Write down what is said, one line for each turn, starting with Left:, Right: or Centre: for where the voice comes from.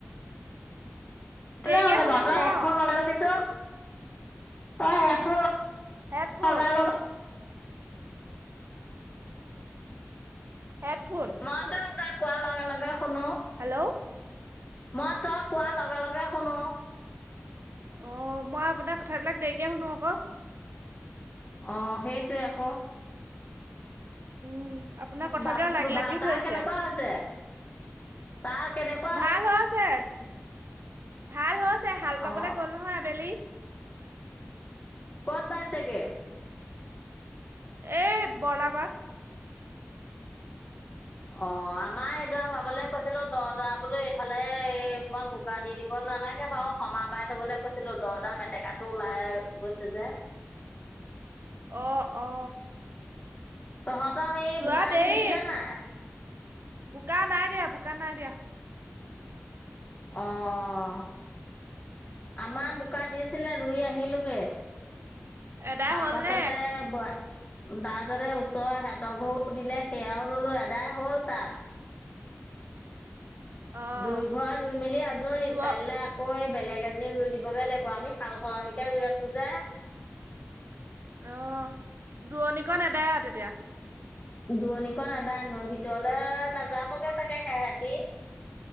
Left: <unintelligible>
Right: দেৰিকে শুনিছো অ
Left: তই হেডফোন
Right: হেডফোন?
Left: লগাই ল
Right: হেডফোন?
Left: মই তোন তই কোৱাৰ লগে লগে শুনো।
Right: হেল্ল'
Left: মই তই কোৱা লগে লগে শুনো।
Right: অ', মই আপোনাৰ কথাবিলাক দেৰিকে শুনো আকৌ।
Left: অ, সেইটোৱে আকৌ।
Right: উম আপোনাৰ কথাবিলাক
Left: বা <unintelligible>
Right: লাগি লাগিও ধৰিছে
Left: কেনেকুৱা হৈছে? তাৰ কেনেকুৱা
Right: ভাল হৈছে, ভাল হৈছে, হাল বাবলে
Left: অ
Right: গল নহয় আবেলি।
Left: ক'ত বাইছেগে?
Right: এই বৰলাপাৰত।
Left: অ, আমাৰ এইডৰা ভাবলৈ কৈছিলোঁ দ' দৰা বোলো এইফালে এইকন বোকা দি দিব নালাগে বাৰু, সমা বাই থবলৈ কৈছিলোঁ দ' দৰা মেটেকাটো ওলাই গৈছে যে। <unintelligible>
Right: অ', অ,
Left: তহঁতৰ সেই
Right: যোৱা
Left: বোকা
Right: দেৰি
Left: আজি দিছিলে নাই?
Right: বোকা নাই দিয়া, বোকা নাই দিয়া।
Left: অ', আমাৰ বোকা দিছিলে, ৰুই আহিলোঁগে।
Right: এদাই
Left: তাৰ
Right: হ'ল
Left: পাছতে
Right: নে?
Left: ব তাৰ পিছতে এই, ওচৰৰ এহেতৰ ঘৰু দিলে সেয়াও ৰুলো এদাই হ'ল তাত।
Right: অ'।
Left: দুই ঘৰ দুই মেলি আজৰি,
Right: দূৰ
Left: কাইিললৈ আকৌ এই বেলেগ এজনীক ৰুই দিবগে লাগিব, আমি সাল সলনিকে ৰুই আছো যে।
Right: অ, দুৰণিকন আদায় আৰু তেতিয়া?
Left: দুৰণীকন এদাই, নৈ ভিতৰলৈ নাযাবগে চাগে সেহেতি।